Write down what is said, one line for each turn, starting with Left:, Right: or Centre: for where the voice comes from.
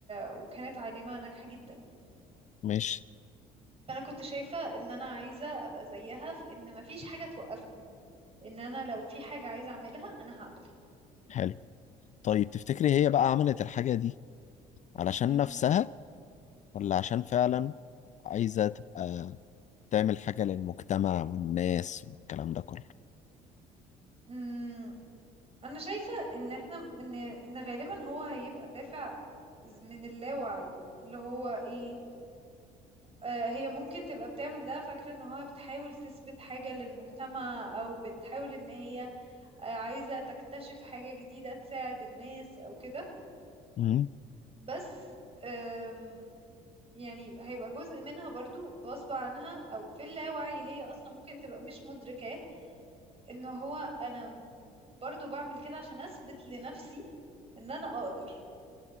Right: وكانت عالمة ناجحة جدا
Left: ماشي
Right: فانا كنت شايفة ان انا عايزة ابقى زيها في ان ما فيش حاجة توقفني ان انا لو في حاجة عايزة اعملها انا هعملها
Left: حلو طيب تفتكري هي بقى عملت الحاجة دي علشان
Right: مم.
Left: نفسها ولا عشان فعلا عايزة تبقى تعمل حاجة للمجتمع والناس والكلام ده كله
Right: امم انا شايفة ان احنا ان ان غالبا هو هيبقى دافع من اللاوعي اللي هو ايه آه، هي ممكن تبقى بتعمل ده فاكرة ان هو بتحاول تثبت حاجة للمجتمع او بتحاول ان هي آه، عايزة تكتشف حاجة جديدة تساعد الناس او كده
Left: مم.
Right: بس آم، يعني هيبقى جزء منها برضو غصب عنها او في اللاوعي هي اصلا ممكن تبقى مش مدركاه ان هو انا برضو بعمل كده عشان اثبت لنفسي ان انا اقدر